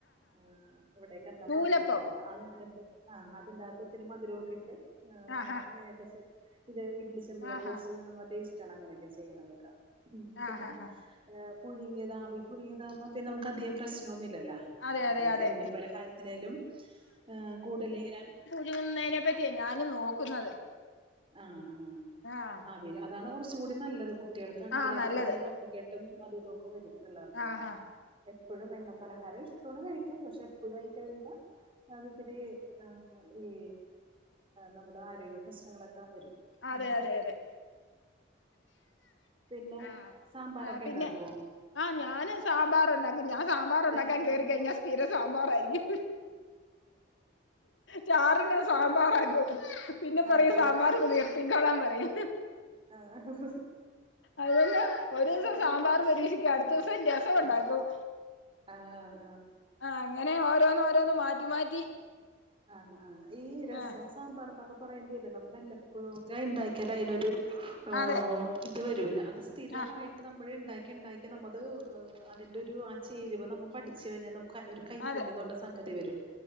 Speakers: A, on the right; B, on the left.
A: ആഹ് അവിടേക്കെന്താ
B: നൂലപ്പം
A: പറയണന്ന് അറിയില്ല അതനെ ആഹ് അതിന്റെത് ഒത്തിരി മധുരോക്കെട്ട് ഏഹ്
B: ആഹ്
A: ഇങ്ങനൊക്കെ ചെ <unintelligible> ഇട്ലി ചെമ്പിലൊക്കെ
B: ആഹ്
A: വെച്ച് നമ്മ ടേസ്റ്റ് ആണ് അങ്ങനെയൊക്കെ ചെയ്യുന്നതൊക്കെ പിന്നെ
B: ആഹ് ആഹ് ആഹ്
A: ഏഹ് പുഴുങ്ങിയതാവി പുഴുങ്ങിയതാവുമ്പ പിന്നെ നമുക്ക് അധികം പ്രശ്നോന്നില്ലല്ലോ
B: അതെ അതെ അതെ
A: എണ്ണ പലഹാരത്തിനാലും ഏഹ് കൂടുതലിങ്ങനെ
B: ഴുന്നെനെ പറ്റിയെ ഞാനും നോക്കുന്നത്
A: ആഹ് ആഹ്
B: ആഹ്
A: അവര് അതാണ് കുറച് കൂടി നല്ലത് കുട്ടികൾക്കാണെങ്കി
B: ആഹ്
A: അല്ലെ
B: നല്ലത്
A: പിന്നെ കഫകെ ട്ടും അതുതൊക്കെ വരും പിള്ളേർക്കൊക്കെ
B: ആഹ് ആഹ്
A: എപ്പഴും എണ്ണ പലഹാരം ഇഷ്ടാണ് കഴിക്കാൻ പക്ഷെ എപ്പഴും ആയി കഴിയുമ്പോ അത് തിരി ആഹ് ആഹ് ഈ നമ്മുടെ ആരോഗ്യ പ്രശ്നങ്ങളൊക്കെ വരും
B: അതെ
A: ഉം
B: അതെ അതെ
A: പിന്നെ
B: ആഹ്
A: സാമ്പാറൊക്കെ
B: ആഹ് പിന്നെ
A: ഇണ്ടാക്കോ
B: ആഹ് ഞാന് സാമ്പാറ്ണ്ടാക്കും ഞാൻ സാമ്പാറ് ഉണ്ടാക്കാൻ
A: രസം
B: കേറി കഴിഞ്ഞാ സ്ഥിര സാമ്പാറായിരിക്കും ചാറിന സാമ്പാറാകും പിന്നെ പറയാ
A: ആഹ്
B: സാമ്പാർ കു ഇ കൊളാം പറയും
A: ആഹ് ആഹ്
B: അതുഅല്ല ഒരീസം സാമ്പാറ് പരീക്ഷിക്ക അടു തു സന്യാസോണ്ടാകും
A: ആഹ് ആഹ്
B: ആഹ് അങ്ങനെ ഓരോന്ന് ഓരോന്ന് മാറ്റി മാറ്റി
A: ആഹ് ആഹ് ഈ രസം
B: ആ
A: സാമ്പാർന്നൊക്കെ പറയുമ്പോയില്ലേ നമ്മ വല്ലപ്പോഴും ഒക്കെ ഉണ്ടാക്കിയാലേ അതിനൊരു ഏഹ്
B: അതെ
A: ഇത് വരൂല്ല അത് സ്ഥിരമായിട്ട്
B: ആ
A: നമ്മൾ ഉണ്ടാക്കി ഉണ്ടാക്കി നമ്മത് അതിൻ്റെ ഒരു ആഹ് ചേരുവ നമ്മൾ പഠിച്ചു കഴിഞ്ഞാൽ നമുക്ക് ഒരു കൈപ്പുണ്യം
B: അതെ
A: എന്ന് പറഞ്ഞ സംഗതി വരും